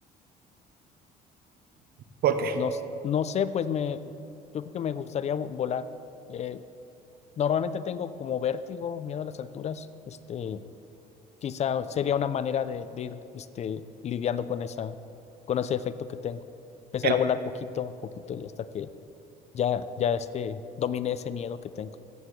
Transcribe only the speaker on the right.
¿Por qué?
El,